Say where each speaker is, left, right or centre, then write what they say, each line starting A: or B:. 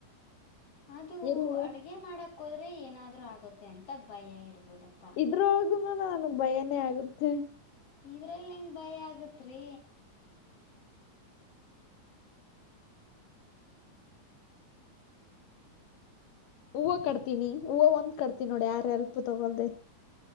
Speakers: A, on the left (about 45°); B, on the left (about 85°).
A: ಅದು
B: ಎಲ್ಲಿ
A: ಅಡಗೆ ಮಾಡಕ್ ಹೋದ್ರೆ ಏನಾದ್ರೂ ಆಗುತ್ತೆ ಅಂತ ಭಯ ಇರ್ಬೋದಪ್ಪ
B: ಇದ್ರಗ ನನಗ್ ಭಯನೇ ಆಗರ್ತ್ತೆ
A: ಇದರಲ್ಲಿ ಹೆಂಗೆ ಭಯ ಆಗತ್ ರೀ
B: ಹೂವು ಕಡ್ತೀನಿ ಹೂವು ಒಂದ್ ಕಡ್ತೀನಿ ನೋಡಿ ಯಾರ ಎಲ್ಪ್ು ತಗೊಲ್ದೆ